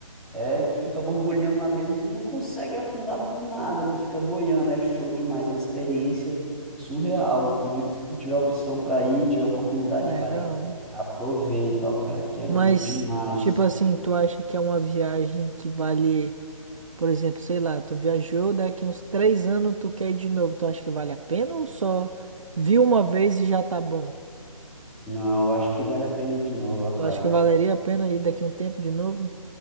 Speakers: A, in the centre; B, on the right (about 65°).
A: É que fica borbulhando na mesa e tu não consegue afundar por nada, tu fica boiando, é show demais, é uma experiência surreal. Eu digo que se tu tiver opção pra ir, tiver oportunidade,
B: legal.
A: cara, aproveita, ó, cara, que é
B: Mas,
A: bom demais.
B: tipo assim, tu acha que é uma viagem que vale. Por exemplo, sei lá, tu viajou, daqui uns três anos tu quer ir de novo, tu acha que vale a pena ou só viu uma vez e já tá bom?
A: Não, eu acho que vale a pena ir de novo, ó, cara.
B: Tu acha que valeria a pena ir daqui um tempo de novo?